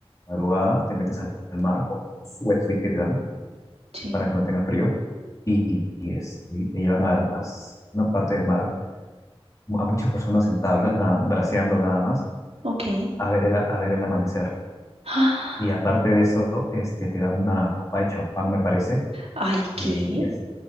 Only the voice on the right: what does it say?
sí,
ok.
Ah,
Ay, qué.